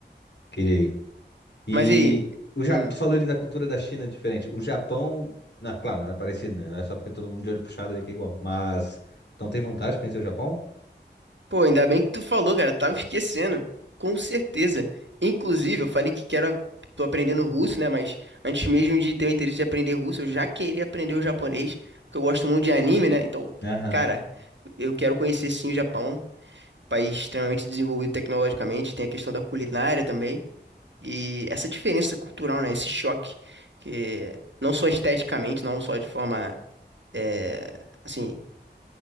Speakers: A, on the left; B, on the right.
A: Queria ir. E
B: Mas e aí?
A: o Japão,
B: Hum.
A: tu falou ali da cultura da China diferente. O Japão, na claro, não é parecido, né? Não é só porque todo mundo de olho puxado ali que é igual. Mas, então tem vontade de conhecer o Japão?
B: Pô, ainda bem que tu falou, cara. Tava esquecendo. Com certeza. Inclusive, eu falei que quero. a- Tô aprendendo russo, né? Mas antes mesmo de ter o interesse de aprender russo, eu já queria aprender o japonês. Porque eu gosto muito de anime, né? Então,
A: Aham.
B: cara, eu quero conhecer sim o Japão. país extremamente desenvolvido tecnologicamente, tem a questão da culinária também, e essa diferença cultural, né, esse choque, que não só esteticamente, não só de forma, é, assim,